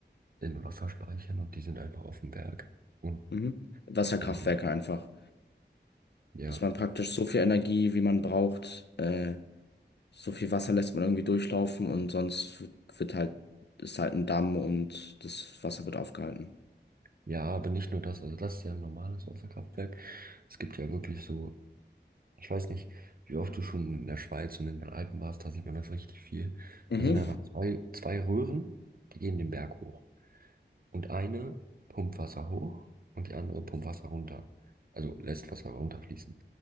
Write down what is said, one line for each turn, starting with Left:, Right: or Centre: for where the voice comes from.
Right: in Wasserspeichern und die sind einfach auf dem Berg. Und
Left: Mhm. Wasserkraftwerke
Right: Also,
Left: einfach.
Right: ja.
Left: Dass man praktisch so viel Energie, wie man braucht, äh, So viel Wasser lässt man irgendwie durchlaufen und sonst wird halt, ist halt ein Damm und das Wasser wird aufgehalten.
Right: Ja, aber nicht nur das. Also, das ist ja ein normales Wasserkraftwerk. Es gibt ja wirklich so, ich weiß nicht, wie oft du schon in der Schweiz und in den Alpen warst, da sieht man das richtig viel.
Left: Mhm.
Right: Da sind einfach zwei, zwei Röhren, die gehen den Berg hoch. Und eine pumpt Wasser hoch und die andere pumpt Wasser runter. Also lässt Wasser runterfließen.